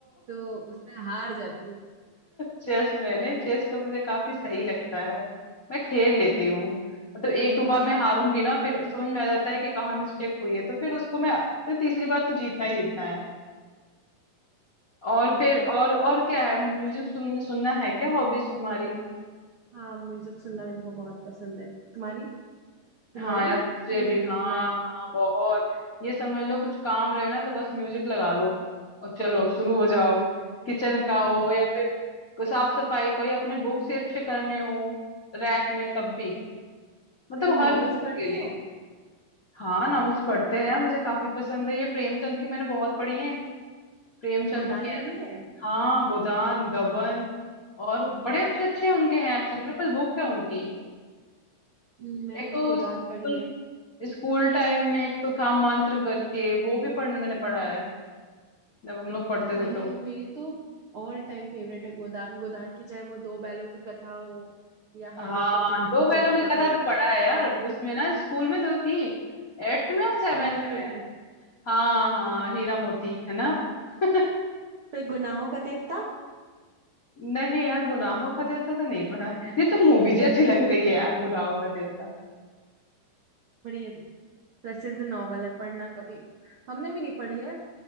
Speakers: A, on the right; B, on the left.
A: तो उसमें हार जाती हूँ
B: चेस में नहीं चेस तो मुझे काफी सही लगता है मैं खेल लेती हूँ मतलब एक दो बार मैं हारूंगी ना फिर समझ में आ जाता है कि कहाँ मिस्टेक हुई है तो फिर उसको मैं तो तीसरी बार तो जीतना ही जीतना है और
A: हम्म,
B: फिर और और क्या है म्यूजिक सुन, सुनना है क्या हॉबीज तुम्हारी
A: हाँ म्यूजिक सुनना भी मेरे को बहुत पसंद है तुम्हारी तुम्हारी
B: हाँ
A: भी
B: यार मुझे
A: म्यूजिक
B: भी हाँ
A: सुनना है
B: हाँ बहुत ये समझ लो कुछ काम रहे ना तो बस म्यूजिक लगा लो और चलो शुरू हो जाओ किचन का हो
A: हम्म,
B: या फिर को- साफ सफाई का हो या अपने बुक्स ही अच्छे करने हो रैक में तब भी मतलब
A: तुम
B: हर
A: नॉवेल्स
B: मूड
A: पढ़ती
B: के लिए
A: हो
B: हाँ नॉवेल्स पढ़ते हैं यार मुझे काफी पसंद है ये प्रेमचंद की मैंने बहुत पढ़ी है प्रेमचंद
A: गोदान
B: की
A: पढ़ी
B: है ना
A: है
B: हाँ गोदान गबन और बड़े अच्छे अच्छे उनके हैं एक्चुअली मेरे पास बुक है उनकी
A: हम्म, मैंने
B: एक
A: तो
B: तो
A: गोदान
B: स्कूल
A: पढ़ी है
B: स्कूल टाइम में एक तो था मंत्र करके वो भी पढ़ मैंने पढ़ा है जब हम लोग पढ़ते
A: मैंने
B: थे तो
A: मेरी तो ऑल टाइम फेवरेट है गोदान गोदान की चाहे वो दो बैलों की कथा हो या हामिद
B: हाँ
A: का चिम,
B: दो बैलों
A: चिमटा
B: की कथा
A: हो
B: तो पढ़ा है यार वो उसमें ना स्कूल में तो थी एट्थ में या सेवेंथ
A: स्कूल में ही तो
B: में
A: थी
B: हाँ हाँ हीरा मोती है ना <laughs>
A: फिर गुनाहों का देवता
B: नहीं यार गुनाहों का देवता तो नहीं पढ़ा है ये तो मूवी जैसी लग रही है यार गुनाहों का देवता
A: बड़ी प्रसिद्ध नॉवल है पढ़ना कभी हमने भी नहीं पढ़ी है